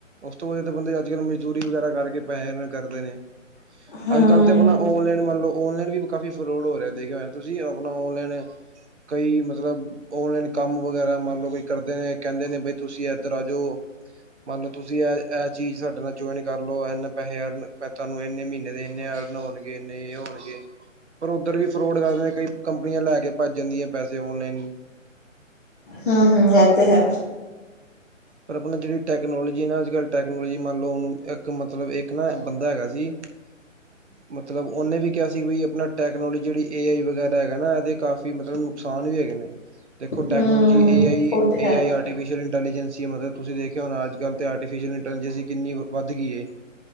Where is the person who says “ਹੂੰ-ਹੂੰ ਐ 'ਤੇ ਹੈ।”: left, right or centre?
Left